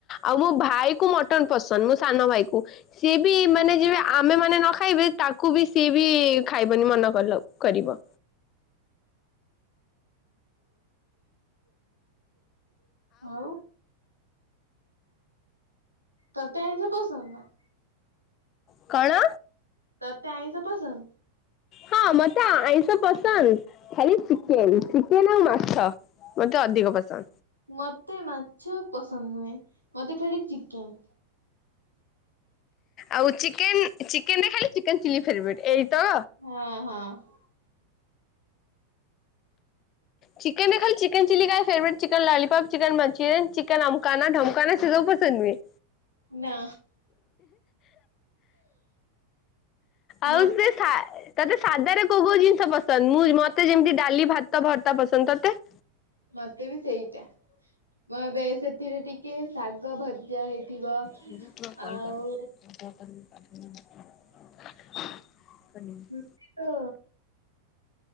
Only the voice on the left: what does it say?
ଆଉ ମୋ ଭାଇ କୁ ମଟନ ପସନ୍ଦ ମୋ ସାନ ଭାଇ କୁ। ସିଏ ବି ମାନେ ଯିବେ ଆମେ ମାନେ ନ ଖାଇବେ ତାକୁ ବି ସିଏ ବି ଖାଇବନି ମନା କଲ। କରିବ
କଣ?
ହଁ, ମତେ ଆଇଁଷ ପସନ୍ଦ୍ ଖାଲି ଚିକେନ୍ ଚିକେନ୍ ଆଉ ମାଛ। ମତେ ଅଧିକ ପସନ୍ଦ।
ଆଉ ଚିକେନ୍, ଚିକେନ୍ ରେ ଖାଲି ଚିକେନ ଚିଲି ଫେବ୍ରେଟ୍ ଏଇ ତ।
ଚିକେନ୍ ରେ ଖାଲି ଚିକେନ୍ ଚିଲି କାଇଁ favourite chicken lollipop, chicken Manchurian, chicken ଅମକନା ଢମ୍ କାନା ସେ ସବୁ ପସନ୍ଦ ନୁହେଁ?
ଆଉ
ସେ ଥାଏ ତତେ ସାଧାରେ କୋଉ କୋଉ ଜିନିଷ ପସନ୍ଦ୍ ମୁଁ ମତେ ଯେମିତି ଡାଲି, ଭାତ, ଭର୍ତ୍ତା ପସନ୍ଦ। ତତେ?
ଭିଡିଓ କ କଲ୍
କର କଣ କରିବି <unintelligible>